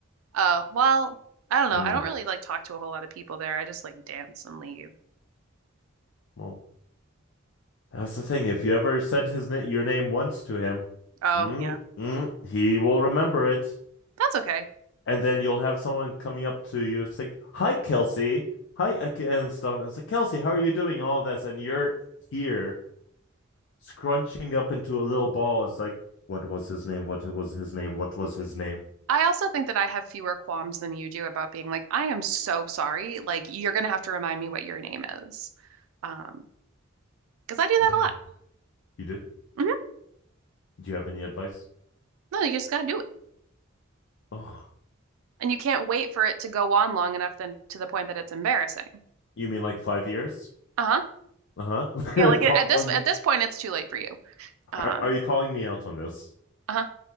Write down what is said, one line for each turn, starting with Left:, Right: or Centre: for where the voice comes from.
Right: Oh, well, I don't know.
Left: Mm,
Right: I don't really like talk to a whole lot of people there. I just like dance and leave.
Left: well, that's the thing. If you ever said his na- your name once to him,
Right: Oh,
Left: mm,
Right: yeah.
Left: mm, he will remember it.
Right: That's okay.
Left: and then you'll have someone coming up to you and say, "Hi, Kelsey. Hi," and stuff. And it's like, "Kelsey, how are you doing?" And all this, and you're here scrunching up into a little ball. It's like, what was his name? What was his name? What was his name?
Right: I also think that I have fewer qualms than you do about being like, I am so sorry. Like, you're gonna have to remind me what your name is. Um, because I do that
Left: <sighs>
Right: a lot.
Left: You do?
Right: <laughs>
Left: Do you have any advice?
Right: No, you just gotta do it.
Left: Oh,
Right: And you can't wait for it to go on long enough then to the point that it's embarrassing.
Left: you mean like five years?
Right: Uh-huh.
Left: Uh huh.
Right: Yeah, like
Left: <laughs> calling
Right: at this
Left: me?
Right: at this point it's too late for you. Um,
Left: Are, are you calling me out on this?
Right: uh-huh.